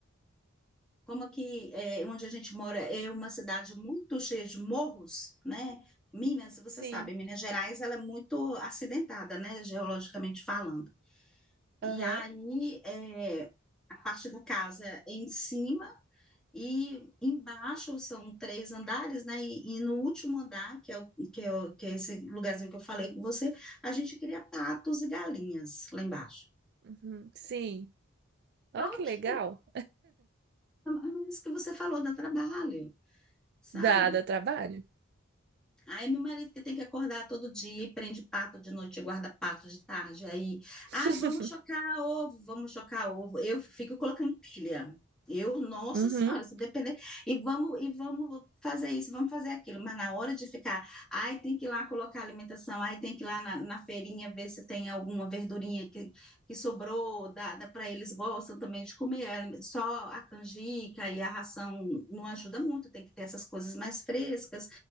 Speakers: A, in the centre; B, on the right.
A: como aqui é, onde a gente mora é uma cidade muito cheia de morros, né? Minas, você
B: sim.
A: sabe, Minas Gerais ela é muito acidentada, né? Geologicamente falando. E
B: Aham.
A: aí é, a parte da casa é em cima E embaixo são três andares, né? E, e no último andar, que é, o, que, é o- que é esse lugarzinho que eu falei com você, a gente cria patos e galinhas lá embaixo.
B: Uhum, sim.
A: Só
B: Olha que
A: que
B: legal.
A: é isso que você falou, dá trabalho, sabe?
B: Dá, dá trabalho.
A: Aí meu marido que tem que acordar todo dia, e prende pato de noite, e guarda pato de tarde. Aí,
B: <laughs>
A: ah, vamos chocar ovo, vamos chocar ovo. Eu fico colocando pilha. Eu, nossa
B: Uhum.
A: senhora, se depender, e vamos e vamos fazer isso, vamos fazer aquilo, mas na hora de ficar, ai, tem que ir lá colocar alimentação, ai, tem que ir lá na, na feirinha ver se tem alguma verdurinha que, que sobrou, dá, dá para eles gostam também de comer, ali- só a canjica e a ração não ajuda muito, tem que ter essas coisas mais frescas